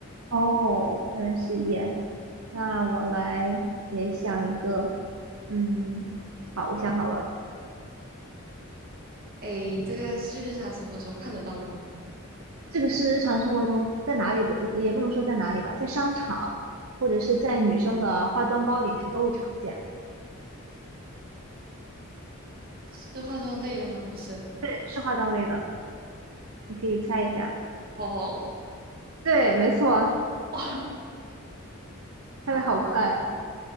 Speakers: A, on the right; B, on the right.
A: 哦，原来是盐。那我来也想一个，嗯，好，我想好了，
B: 诶，这个是日常生活中看得到的吗？
A: 这个是日常生活中在哪里都，也不能说在哪里吧，在商场或者是在女生的化妆包里面都会常见，
B: 是化妆类的吗？不是，
A: 对是化妆类的，你可以猜一下。
B: 口红，
A: 对，没错，
B: <laughs> 哇，
A: 猜的好快，
B: 好，很好，